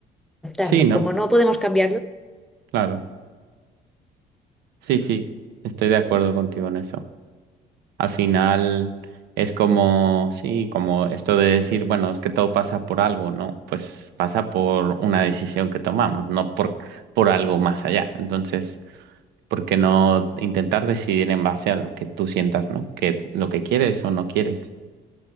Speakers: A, in the centre; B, on the right.
A: aceptarlo.
B: Sí, ¿no?
A: Como no podemos cambiarlo.
B: Claro. Sí, sí, estoy de acuerdo contigo en eso. Al final es como, sí, como esto de decir, bueno, es que todo pasa por algo, ¿no? Pues pasa por una decisión que tomamos, no por, por algo más allá. Entonces, ¿por qué no intentar decidir en base a lo que tú sientas, ¿no? Que es lo que quieres o no quieres.